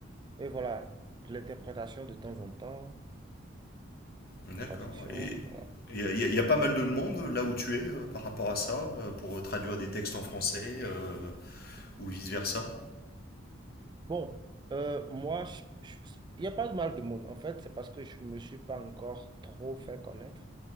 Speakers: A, on the right; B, on the left.
A: et voilà, de l'interprétation de temps en temps,
B: D'accord.
A: traduction,
B: Et
A: voilà.
B: il y, a y a- y a pas mal de monde là où tu es euh, par rapport à ça, euh, pour traduire des textes en français euh, ou vice-versa.
A: Bon, euh, moi, je- je- il n'y a pas de mal de monde. En fait, c'est parce que je ne me suis pas encore trop fait connaître,